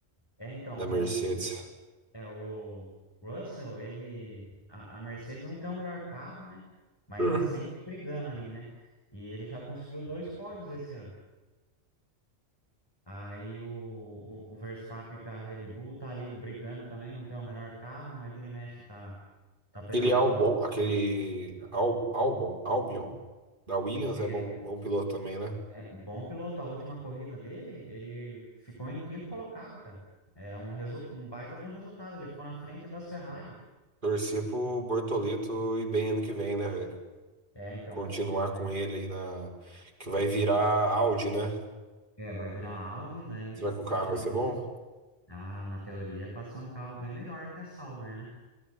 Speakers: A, on the left; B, on the right.
A: é então,
B: Da Mercedes.
A: o, é o Russell, ele, a, a Mercedes não tem o melhor carro, né? Mas
B: Hum.
A: tá sempre brigando ali, né? E ele já conseguiu dois pódios esse ano. Aí o, o, o Verstappen com a Red Bull tá ali brigando também, não tem o melhor carro, mas vira e mexe tá, tá pegando
B: Aquele Albon,
A: pódio.
B: aquele Al, Albon, Albion, da Williams
A: é
B: é bom, bom piloto também, né?
A: É bom piloto. A última corrida dele, ele ficou em quinto colocado, cara. É um, resu... um baita de um resultado. Ele ficou na frente das Ferrari.
B: Torcer pro Bortoleto ir bem ano que vem, né, velho?
A: É, então,
B: Continuar
A: o...
B: com ele aí na. Que vai virar Audi, né?
A: é, vai virar Audi, daí
B: Será que o carro
A: na teoria,
B: vai ser bom?
A: ah, na teoria é para ser um carro bem melhor que a Sauber, né?